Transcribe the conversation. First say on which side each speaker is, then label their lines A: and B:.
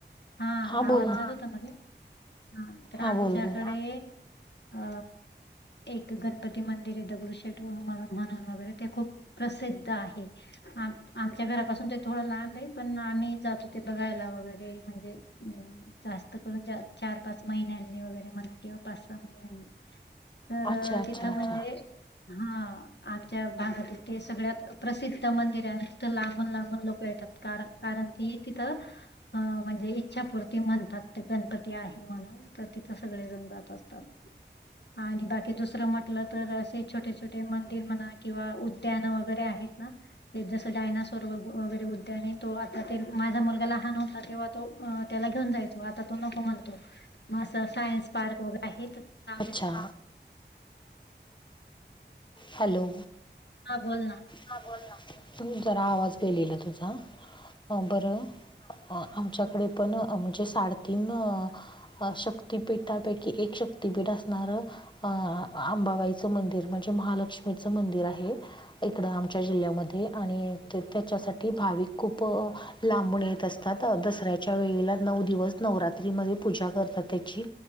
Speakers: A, on the left; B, on the left.
A: हा
B: बोल
A: आवाज
B: ना
A: जात होतामध्ये ह तर
B: हा
A: आमच्याकडे
B: बोल बोल
A: अ एक गणपती मंदिर आहे दगडू शेठ म्हणून वगैरे ते खूप प्रसिद्ध आहे आमच्या घरापासून ते थोडं लांब आहे पण आम्ही जातो. ते बघायला वगैरे म्हणजे जास्त करून चार, पाच महिन्यांनी वगैरे मना किंवा पाच, सहा महिन्यांनी तर
B: अच्छा अच्छा
A: तिथं
B: अच्छा.
A: म्हणजे हा आमच्या भागात ते सगळ्यात प्रसिद्ध मंदिर आहे आणि तिथं लांबून लांबून लोक येतात कार कारण ती तिथं म्हणजे इच्छापूर्ती म्हणतात गणपती आहे म्हणून. तर तिथं सगळे जण जात असतात. आणि बाकी दुसरं म्हटलं तर असे छोटे, छोटे मंदिर म्हणा किंवा उ उद्यान वगैरे आहेत ना ते जस डायनासोर वगैरे उद्यान तो आता माझा मुलगाला लहान होता तेव्हा तो त्याला घेऊन जायचा आता तो नको म्हणतो मग असं सायन्स पार्क वगैरे आहे तर
B: अच्छा हॅलो.
A: हां बोलना.
B: हा बोलना तु जरा आवाज गेलेला तुझा बरं अ आमच्याकडे पण म्हणजे साडेतीन अ शक्तिपीठापैकी एक शक्तीपीठ असणार आह आंबाबाई मंदिर म्हणजे महालक्ष्मीचं मंदिर आहे. इकड आमच्या जिल्ह्यामध्ये आणि त्याच्यासाठी भाविक खूप लांबून येत असतात दसऱ्याच्या वेळेला नऊ दिवस नवरात्रीमध्ये पूजा करतात त्याची